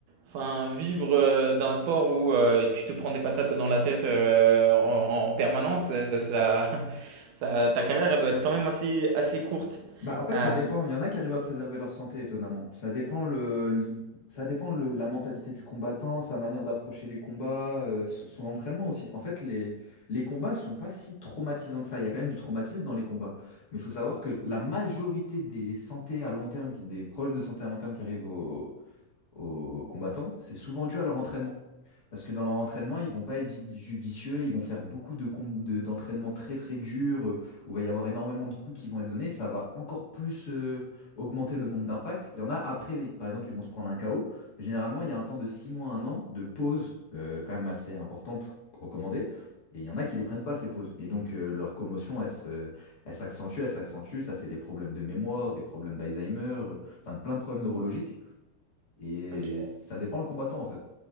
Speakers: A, on the right; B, on the left.
A: Enfin, vivre euh, d'un sport où euh, tu te prends des patates dans la tête euh, en, en permanence, euh, ça, <laughs> ça, ta carrière elle doit être quand même assez, assez courte.
B: Bah, en fait,
A: Euh,
B: ça dépend. Il y en a qui arrivent à préserver leur santé, étonnamment. Ça dépend le, l'i- ça dépend le- la mentalité du combattant, sa manière d'approcher les combats, euh, son son entraînement aussi. En fait, les, les combats sont pas si traumatisants que ça. Il y a quand même du traumatisme dans les combats. Mais il faut savoir que la majorité des santé à long terme, des problèmes de santé à long terme qui arrivent aux aux combattants, c'est souvent dû à leur entraînement. Parce que dans leur entraînement, ils vont pas être ju- judicieux, ils vont faire beaucoup de com- de- d'entraînements très très durs, euh, où il va y avoir énormément de coups qui vont être donnés, ça va encore plus euh, augmenter le nombre d'impacts. Il y en a après, par exemple, ils vont se prendre un KO. Généralement, il y a un temps de 6 mois, un an de pause euh, quand même assez importante recommandée. Et il y en a qui ne les prennent pas ces pauses. Et donc euh, leur commotion, elle se- elle s'accentue, elle s'accentue, ça fait des problèmes de mémoire, des problèmes d'Alzheimer, euh, enfin plein de problèmes neurologiques. Et
A: ok.
B: ça dépend le combattant, en fait.